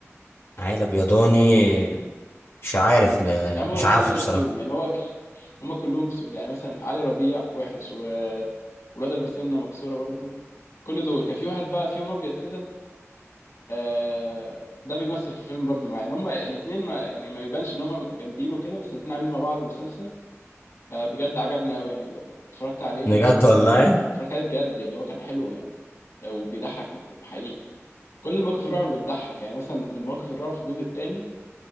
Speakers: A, on the left; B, on the left.
A: عيلة بيضاني مش عارف آه،
B: يا عم
A: مش
B: هو الوحيد
A: عارفه
B: اللي ابيض
A: بصراحة
B: فيهم يعني هو ك... هم كلهم سود يعني مثلا علي ربيع وحش وولاد ابو سنه مكسوره برضو كل دول كان في واحد بقى فيهم ابيض كده آه، ده بيمثل في الفيلم برضو معايا يعني هم الاثنين ما يعني ما يبانش ان هم جامدين وكده بس الاثنين عاملين مع بعض مسلسل آه، بجد عجبني قوي يعني اتفرجت عليه
A: بجد والله
B: اتفرجت عليه بجد اللي هو كان حلو يعني آه، وبيضحك حقيقي كل المواقف الرعب بتضحك يعني مثلا من مواقف الرعب في الجزء الثاني